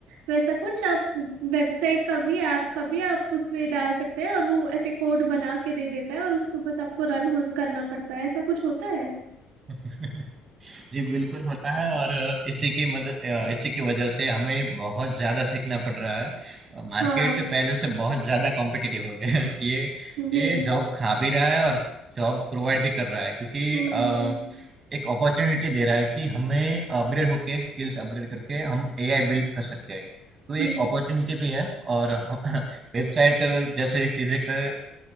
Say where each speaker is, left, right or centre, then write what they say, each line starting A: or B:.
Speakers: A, on the right (about 70°); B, on the right (about 40°).
A: वैसा कुछ आप वेबसाइट का भी ऐप का भी आप उसमें डाल सकते हैं और वो ऐसे कोड बना के दे देता है और उसको बस आपको रन हो, करना पड़ता है ऐसा कुछ होता है
B: <laughs> जी, बिल्कुल होता है और इसी की मदद अ, इसी की वजह से हमें बहुत ज़्यादा सीखना पड़ रहा है। मार्केट
A: हाँ
B: पहले से बहुत ज़्यादा कॉम्पिटिटिव हो गया है। ये
A: जी
B: ये जॉब खा भी रहा है और जॉब प्रोवाइड भी कर रहा है क्योंकि
A: हम्म
B: अ,
A: हम्म
B: एक अपॉर्चुनिटी दे रहा है कि हमें अपग्रेड होके स्किल्स अपग्रेड करके हम एआई बिल्ड कर सकते हैं। तो
A: जी
B: ये एक अपॉर्चुनिटी भी है और वेबसाइट <laughs> जैसे चीज़ें का